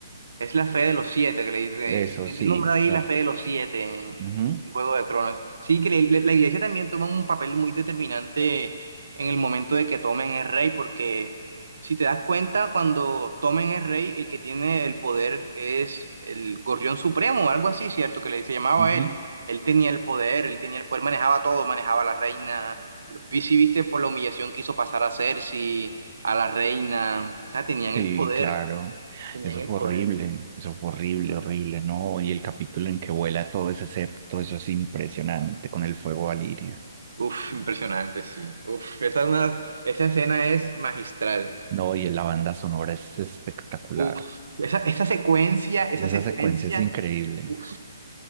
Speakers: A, on the right; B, on the right.
A: Es la fe de los siete que le dice.
B: Eso
A: es- Tiene
B: sí,
A: el nombre ahí
B: las,
A: la fe de los siete en,
B: ujú,
A: en Juego de Tronos. Sí, que le- la iglesia también toma un papel muy determinante en el momento de que tomen es rey, porque si te das cuenta, cuando tomen es rey, el que tiene el poder es el Gorrión Supremo o algo así, ¿cierto? Que le, se llamaba
B: ujú,
A: él. Él tenía el poder, él tenía el poder, manejaba todo, manejaba a la reina. Vi si viste por la humillación que hizo pasar a Cersei, a la reina. O sea, tenían el
B: sí,
A: poder,
B: claro,
A: tenían
B: eso
A: el
B: fue
A: poder.
B: horrible, eso fue horrible, horrible, ¿no? Y el capítulo en que vuela todo ese septo, eso es impresionante con el fuego valirio,
A: Uf, impresionante, sí. Uf, esa, una, esa escena es magistral.
B: ¿no? Y la banda sonora es espectacular,
A: Uf, esa, esa secuencia, esa
B: esa
A: secuencia.
B: secuencia es increíble.
A: Uf,